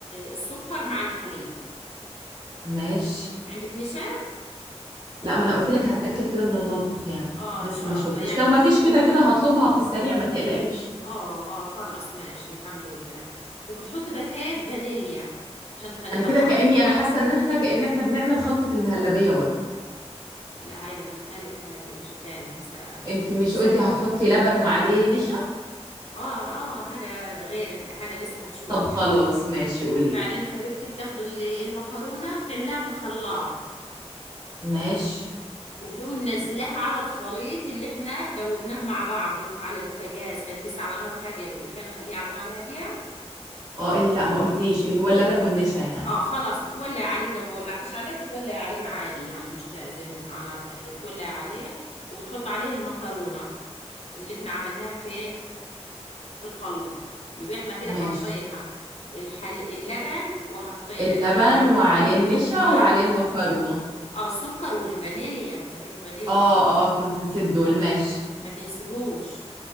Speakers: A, on the left; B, on the right.
A: السكر مع الحليب
B: ماشي
A: عندك نشا
B: لا ما انا قلت لك هتاكد كده من المطبخ يعني
A: اه
B: لسه
A: ان شاء
B: ما شفتش
A: الله يعني
B: لو
A: انت
B: ما
A: بتكتبي
B: فيش كده كده هطلبها في السريع ما تقلقيش
A: اه اه خلاص ماشي الحمد لله وبتحط باكات فانيليا عشان تخلي
B: انا
A: لها
B: كده
A: طعم
B: كاني انا حاسه ان احنا كان احنا بنعمل خلطه المهلبيه برضو
A: لا هاي بتختلف هاي اشي تاني هسا
B: انت مش
A: هسا-
B: قلتي هتحطي لبن وعليه نشا
A: اه اه هذا غير هذا لسه هتشوف
B: طب خلاص
A: يعني
B: ماشي قولي
A: بعدين
B: لي
A: حبيبتي بتاخدي ال- المكرونة وبتعمليها في الخلاط
B: ماشي
A: وبتقومي منزلاها على الخليط اللي احنا دوبناه مع بعضه على البوتاجاز كان لسه على نار هادية قلت لك انا خليه على نار هادية
B: اه ال- لا ما قلتيش اللي هو اللبن والنشا يعني
A: اه خلاص بتولع عليه لو ما ولعتش عليه بتولع عليه عادي يعني مش لازم على نار هادية بتولع عليه وبتحط عليه المكرونة اللي احنا عملناها فين في الخلاط يبقى احنا كده
B: ماشي
A: حطينا الحل... اللبن وحطينا
B: اللبن
A: النشا
B: وعليه
A: والسكر
B: النشا وعليه المكرونه
A: اه السكر والفانيليا باكيت فانيليا
B: اه اه كنت نسيت دول
A: اه
B: ماشي
A: ما تنسيهوش